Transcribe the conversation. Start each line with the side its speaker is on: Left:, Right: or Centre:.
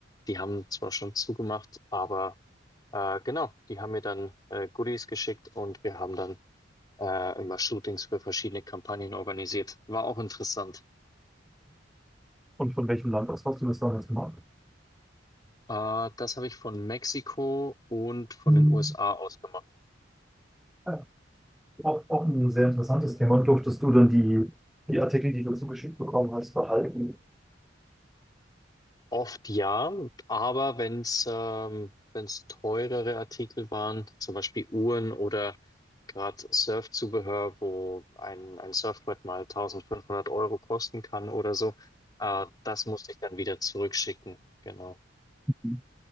Left: Die haben zwar schon zugemacht, aber äh, genau, die haben mir dann äh, Goodies geschickt und wir haben dann äh, immer Shootings für verschiedene Kampagnen organisiert. War auch interessant.
Centre: Und von welchem Land aus hast du das damals gemacht?
Left: Äh, das habe ich von Mexiko und von
Centre: Mhm.
Left: den USA aus gemacht.
Centre: Ja, auch, auch ein sehr interessantes Thema. Und durftest du dann die, die Artikel, die du zugeschickt bekommen hast, behalten?
Left: Oft ja, aber wenn es ähm, wenn es teurere Artikel waren, zum Beispiel Uhren oder gerade Surfzubehör, wo ein, ein Surfbrett mal 1500 Euro kosten kann oder so, äh, das musste ich dann wieder zurückschicken. Genau.
Centre: Mhm.